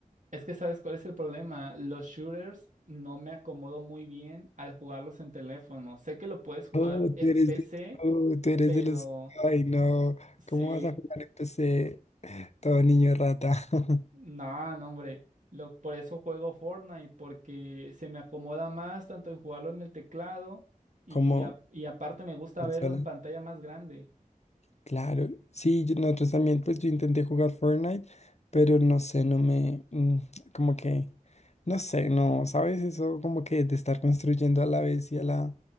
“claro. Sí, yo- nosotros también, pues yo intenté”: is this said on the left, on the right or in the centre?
Left